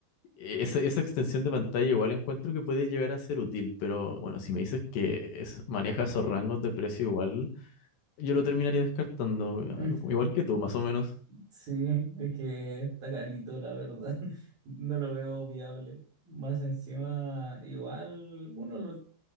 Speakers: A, on the left; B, on the right.
A: esa, esa extensión de pantalla igual encuentro que puede llegar a ser útil, pero bueno, si me dices que es- maneja esos rangos de precio igual, yo lo terminaría descartando,
B: <laughs>
A: igual que tú, más o menos.
B: Sí, es que está carito, la verdad. <laughs> No lo veo viable. Más encima, igual uno lo,